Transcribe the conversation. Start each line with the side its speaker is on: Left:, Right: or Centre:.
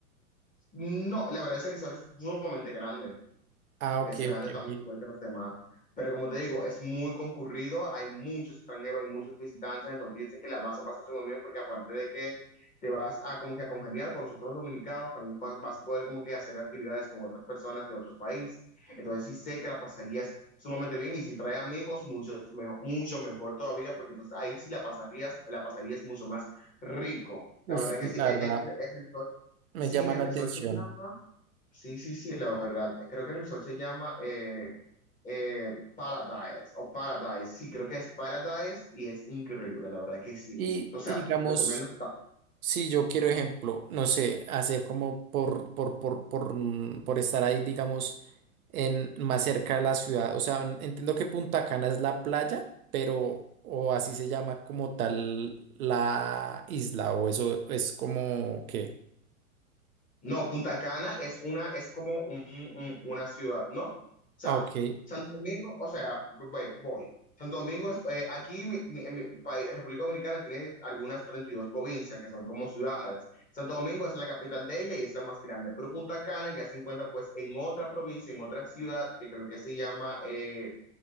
Left: no, la verdad ese risol es sumamente grande.
Right: Ah,
Left: Es
Right: ok,
Left: grande
Right: ok,
Left: también,
Right: ok.
Left: igual que los demás. Pero como te digo, es muy concurrido, hay muchos extranjeros, hay muchos visitantes, entonces yo sé que la vas a pasar súper bien porque aparte de que te vas a como que a congeniar con nosotros los dominicanos, también vas, vas a poder como que hacer actividades con otras personas de otros países. Entonces sí sé que la pasarías sumamente bien y si traes amigos, mucho mejor, mucho mejor todavía porque entonces ahí sí la pasarías, la pasarías mucho más rico. La
Right: Uf,
Left: verdad que
Right: la
Left: sí, el,
Right: verdad
Left: el, el resort,
Right: me
Left: sí,
Right: llama
Left: el
Right: la
Left: resort
Right: atención.
Left: se llama... Sí, sí, sí, la verdad. Creo que el resort se llama eh, eh, Paradise o Paradise. Sí, creo que es Paradise y es increíble, la verdad que sí.
Right: Y,
Left: O sea,
Right: y digamos,
Left: recomiendo
Right: Si yo quiero, ejemplo, no sé, hacer como por, por, por, por, mm, por estar ahí, digamos, en, más cerca de la ciudad. O sea, en- entiendo que Punta Cana es la playa, pero, o así se llama como tal la isla, o eso es como que.
Left: No, Punta Cana es una, es como un- un- una ciudad, ¿no? O sea,
Right: Ah, ok,
Left: Santo Domingo, o sea, voy, voy. Santo Domingo es, eh, aquí mi, mi- en mi país, República Dominicana tiene algunas 32 provincias que son como ciudades. Santo Domingo es la capital de ella y es la más grande, pero Punta Cana ya se encuentra pues en otra provincia, en otra ciudad que creo que se llama eh,